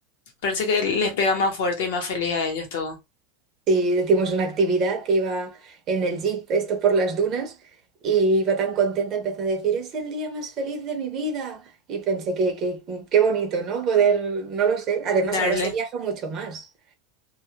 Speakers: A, on the left (about 55°); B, on the right (about 25°).
A: Parece que les pega más fuerte y más feliz a ellos todo.
B: y hicimos una actividad que iba en el jeep, esto por las dunas, y iba tan contenta, empezó a decir, es el día más feliz de mi vida. Y pensé que, que- qué bonito, ¿no? Poder, no lo sé. Además,
A: Darle.
B: ahora se viaja mucho más.